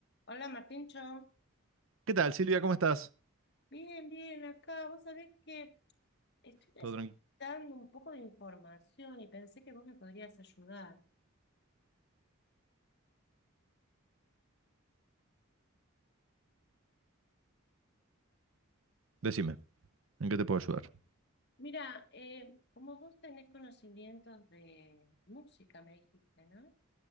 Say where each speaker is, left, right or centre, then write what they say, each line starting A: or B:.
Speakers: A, on the left; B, on the right.
A: Hola Martincho,
B: ¿Qué tal, Silvia? ¿Cómo estás?
A: bien, bien, acá. Vos sabés que estoy necesitando
B: Todo tranquilo.
A: un poco de información y pensé que vos me podrías ayudar.
B: Decime, ¿en qué te puedo ayudar?
A: Mira, eh, como vos tenés conocimientos de música, me dijiste, ¿no?